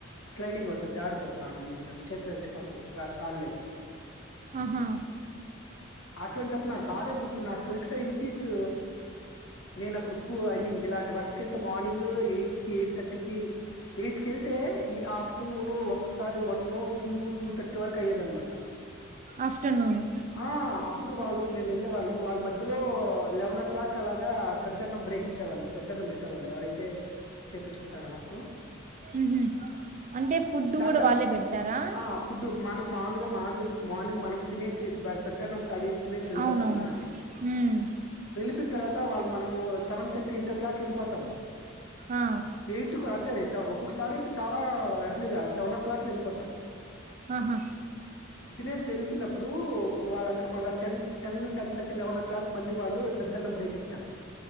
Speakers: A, on the left; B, on the right.
A: స్లైడింగ్ అవుతుంది జారుతుంది బాగా ఈజీగా చేతిలో నుంచి పప్పు సాన్లేకి
B: ఆహా
A: అటువంటప్పుడు నాకు బాగా గుర్తుంది నాకు ట్వంటీ ఫైవ్ రూపీసూ నేనప్పుడు కూ ఐ మీన్ ఇలాంటి వర్క్ కి వెళ్తే మార్నింగ్ ఎయిట్ కి ఎయిట్ థర్టీ కి ఎయిట్ కి వెళ్తే ఈ ఆఫ్టర్నూన్ ఒక్కొక్కసారి వన్ను టూ టూ థర్టీ వరకు అయ్యేది అన్నమాట.
B: ఆఫ్టర్నూను
A: ఆ అప్పుడు వాళ్ళు మేము వెళ్ళే వాళ్ళము వాళ్ళు మధ్య లో లెవనో క్లాక్ అలాగ సద్దన్నం బ్రేక్ ఇచ్చేవాళ్ళు సద్దన్నం పెట్టేవాళ్ళు ఎవరైతే చేపించుకుంటారో వర్కు
B: ఊహూ అంటే ఫుడ్
A: దాని
B: కూడా
A: తర్వాత
B: వాళ్ళే పెడతారా
A: ఆ ఫుడ్ మనం మామూలుగా మాములు మార్నింగ్ మనం మేసి బి సద్దన్నం తాగిసితినేసి వెళ్ళిపోతామా
B: అవునవును హ్మ్
A: వెళ్ళి <unintelligible> తర్వాత వాళ్ మనము seven thirty eight o'clock వెళ్ళిపోతాము
B: ఆ
A: ఎయిట్ కి అంతేలే ఒకొక్కసారి అయితే చాలా ఎర్లీగా సెవెన్ ఓ క్లాక్ కి వెళ్ళిపోతాము
B: ఆహా
A: తినేసి వెళ్ళిపోయినప్పుడు ఇప్పుడు వాళ్ళక్కడ మళ్ళ ten ten ten thirty eleven o'clock మళ్ళీ వాళ్ళు సద్దన్నం బ్రేక్ ఇస్తారు